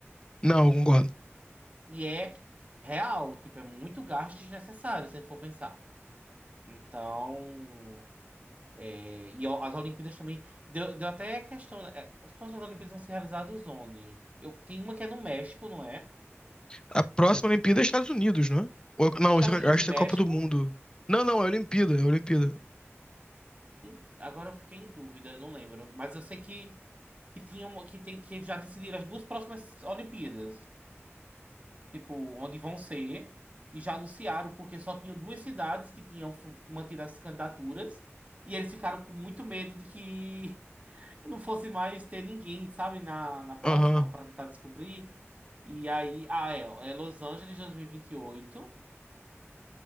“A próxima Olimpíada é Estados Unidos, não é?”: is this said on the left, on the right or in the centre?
Left